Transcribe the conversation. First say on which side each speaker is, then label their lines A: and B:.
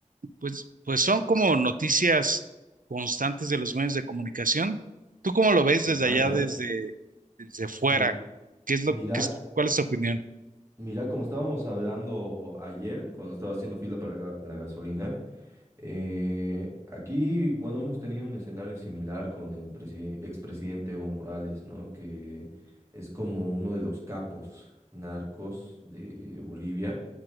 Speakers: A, on the right (about 90°); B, on the right (about 20°).
A: pues, pues son como noticias constantes de los medios de comunicación. ¿Tú cómo lo ves desde
B: Ah,
A: allá,
B: ya.
A: desde, desde fuera?
B: Mi-
A: ¿Qué es lo,
B: mira,
A: qué es, cuál es tu opinión?
B: mira, como estábamos hablando ayer, cuando estaba haciendo fila para la gasolina, Eh, aquí, bueno, hemos tenido un escenario similar con el preside- expresidente Evo Morales, ¿no? Que es como uno de los capos narcos de Bolivia,